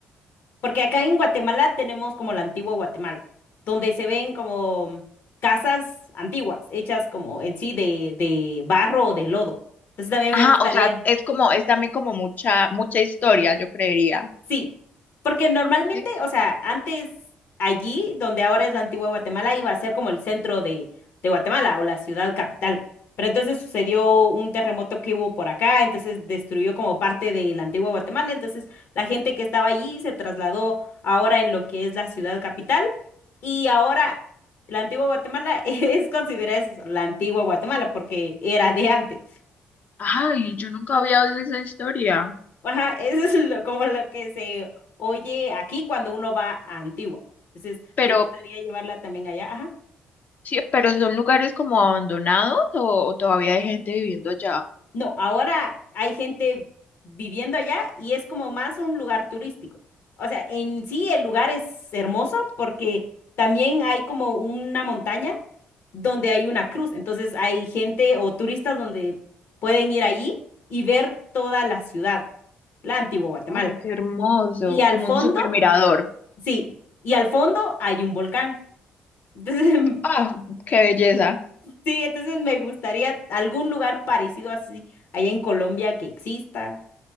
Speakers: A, on the left; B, on the left.
A: Porque acá en Guatemala tenemos como la antigua Guatemala, donde se ven como casas antiguas, hechas como en sí de, de barro o de lodo. Entonces también
B: Ah,
A: me gustaría
B: o sea, es como, es también como mucha, mucha historia, yo creería.
A: Sí, porque normalmente,
B: ¿sí?
A: o sea, antes allí, donde ahora es la antigua Guatemala, iba a ser como el centro de, de Guatemala o la ciudad capital. Pero entonces sucedió un terremoto que hubo por acá, entonces destruyó como parte de la antigua Guatemala. Entonces la gente que estaba allí se trasladó ahora en lo que es la ciudad capital. Y ahora la antigua Guatemala <laughs> es considerada eso, la antigua Guatemala porque era de antes.
B: Ay, yo nunca había oído esa historia.
A: Ajá, eso es lo- como lo que se oye aquí cuando uno va a Antigua. Entonces,
B: Pero,
A: me gustaría llevarla también allá. Ajá.
B: sí, pero son lugares como abandonados o, o todavía hay gente viviendo allá.
A: No, ahora hay gente viviendo allá y es como más un lugar turístico. O sea, en sí el lugar es hermoso porque también hay como una montaña donde hay una cruz. Entonces, hay gente o turistas donde pueden ir allí y ver toda la ciudad, la Antigua Guatemala.
B: Ay, qué hermoso,
A: Y al
B: como
A: fondo,
B: un super mirador.
A: sí, y al fondo hay un volcán. Entonces, <laughs>
B: Ah, qué belleza.
A: sí, entonces me gustaría algún lugar parecido así allá en Colombia que exista.